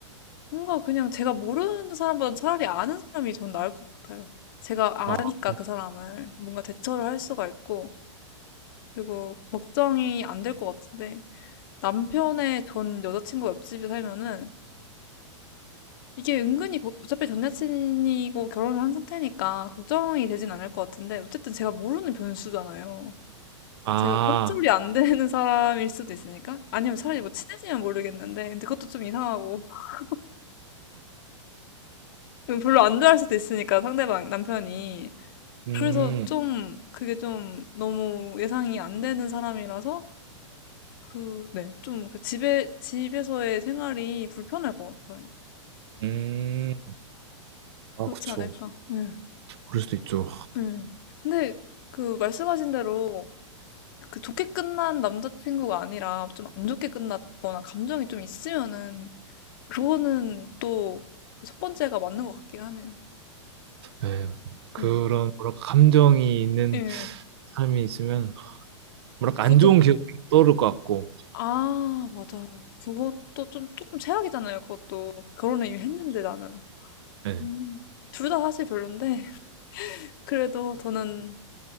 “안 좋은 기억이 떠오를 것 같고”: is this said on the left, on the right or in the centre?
Right